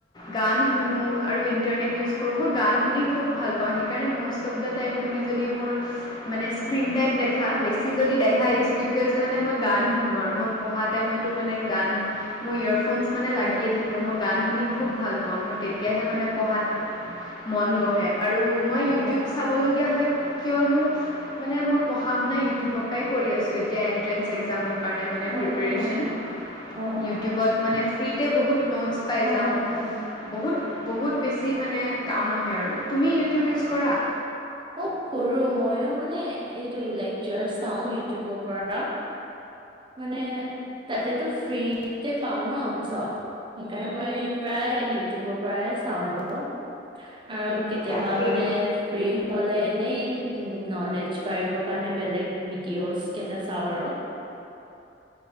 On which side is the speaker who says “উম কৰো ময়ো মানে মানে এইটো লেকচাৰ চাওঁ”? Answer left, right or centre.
Right